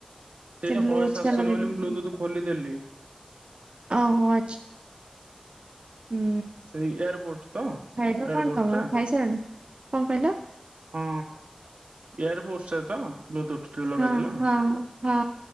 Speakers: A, on the right; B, on the right.
A: ସେଇଟା
B: ସେ ବ୍ଲୁଟୁଥ
A: ଭଏସ ଆସୁନି
B: ଟା ଲଗେଇଦେଇଥିଲି।
A: ବୋଲି ମୁଁ ବ୍ଲୁଟୁଥ ଖୋଲିଦେଲି।
B: ଓହୋ ଆଛା। ହୁଁ,
A: ସେଇ ଏୟାରପୋର୍ଟ ତ
B: ଖାଇବା
A: ଏୟାରପୋର୍ଟ
B: କଣ ତମର?
A: ଟା
B: ଖାଇସାରିଲଣି? କଣ କହିଲ?
A: ହଁ ଏୟାରବୋଡ଼ସରେ ତ ବ୍ଲୁଟୁଥ ଲଗେଇଥିଲ?
B: ହଁ ହଁ ହଁ